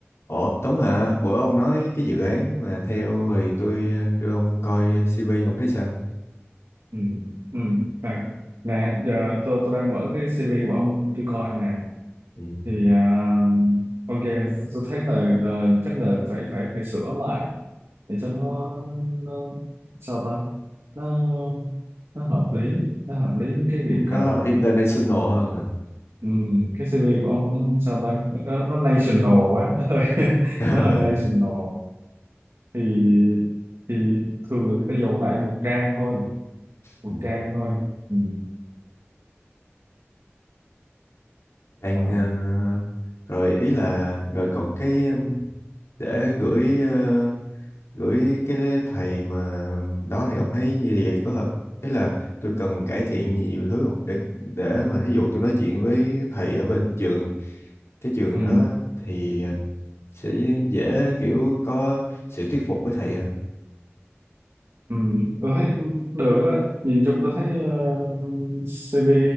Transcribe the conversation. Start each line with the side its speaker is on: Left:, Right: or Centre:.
Left: Ủa Tuấn hả? Bữa ông nói cái dự án mà theo thì tôi ờ, đưa ông coi CV ông thấy sao?
Right: ừ ừ nè nè giờ tôi tôi đang mở cái CV của ông tôi coi nè
Left: Ừ.
Right: thì à, ok tôi thấy là, là chắc là phải phải phải sửa lại để cho nó nó, nó, nó nó- sao ta nó nó hợp lý nó hợp lý với cái
Left: Nó
Right: việc à,
Left: international hơn hả?
Right: ừ, cái CV của ông nó sao ta nó, nó national quá nó hơi <laughs>
Left: <laughs>
Right: nó hơi national thì thì thường là người ta dồn lại một trang thôi một
Left: Ừ.
Right: trang thôi ừ.
Left: Đang
Right: Ờ.
Left: ờ, rồi ý là rồi còn cái um, để gửi ờ, gửi cái thầy mà đó thì ông thấy như vậy có hợp ý là tôi cần cải thiện nhiều thứ không để để mà ví dụ tôi nói chuyện với thầy ở bên trường cái trường
Right: Ừ.
Left: đó thì sẽ dễ kiểu có sự thuyết phục với thầy
Right: Ừ, tôi thấy được á nhìn chung tôi thấy ờ, CV